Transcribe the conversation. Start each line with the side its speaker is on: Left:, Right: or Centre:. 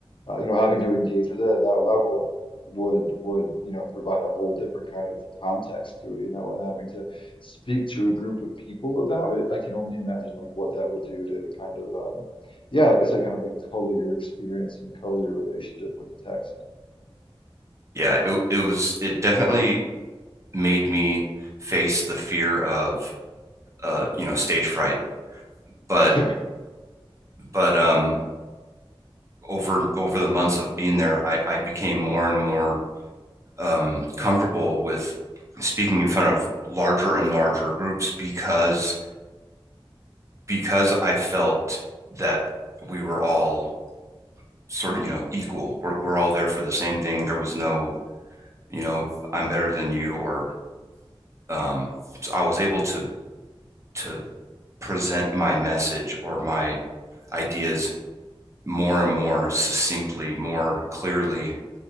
Left: uh, you know having to engage with it at that level would would you know provide a whole different kind of context to it, you know, and having to speak to a group of people about it. I can only imagine like what that would do to kind of um yeah, like I said, kind of like color your experience and color your relationship with the text.
Right: Yeah, it, it was, it definitely made me face the fear of, uh, you know, stage fright. But,
Left: <laughs>
Right: but, um, over over the months of being there, I, I became more and more um, comfortable with speaking in front of larger and larger groups because because I felt that we were all sort of you know equal. We're we're all there for the same thing. There was no you know I'm better than you or um, so I was able to to present my message or my ideas more and more succinctly, more clearly